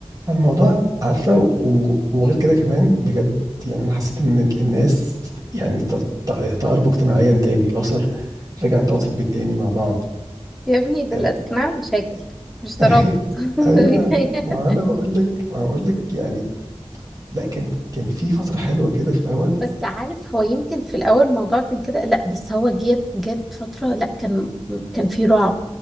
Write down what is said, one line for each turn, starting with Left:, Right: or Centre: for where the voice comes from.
Right: الموضوع عارفه و- وغير كده كمان بجد يعني انا حسيت ان ال- الناس يعني ت- ت- تقاربوا اجتماعيا تاني الاسر رجعت تقعد في البيت تاني مع بعض
Centre: يا ابني ده
Right: آه،
Centre: لا، ده كان عامل مشاكل مش
Right: <laughs>
Centre: ترابط <laughs>
Right: ايوه
Centre: بيتهيألي.
Right: ما انا بقول لك ما بقول لك يعني لا كان كان في فتره حلوه كده في الاول
Centre: بس عارف هو يمكن في الاول الموضوع كان كده لا بس هو جت جت فتره لا كان كان في رعب